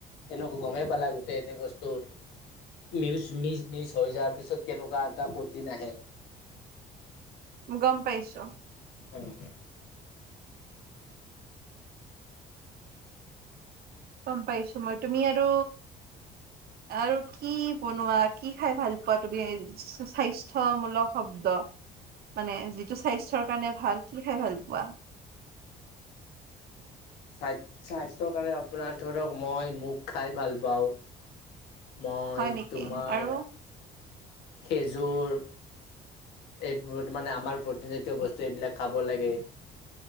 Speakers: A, on the left; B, on the right.
A: এনেকা গমেই পালা, গোটেই এনে বস্তু। মিউচ, মিছ মিছ হৈ যোৱাৰ পিছত কেনেকুৱা এটা প্ৰ'টিন আহে।
B: গম পাইছো।
A: উম।
B: গম পাইছো, মই তুমি আৰু! আৰু কি। বনোৱা? কি খাই ভাল পোৱা তুমি? স্বাস্থ্যমূলক শব্দ। মানে যিটো স্বাস্থ্যৰ কাৰণে ভাল কি খাই ভাল পোৱা।
A: <unintelligible> স্বাস্থ স্বাস্থ্যৰ কাৰণে আপোনাৰ ধৰক মই মুখ খাই ভাল পাওঁ। মই
B: হয় নেকি
A: তোমাৰ।
B: আৰু
A: খেজুৰ। এইবোৰত মানে আমাৰ প্ৰতিন জাতীয় বস্তু এইবিলাক খাব লাগে।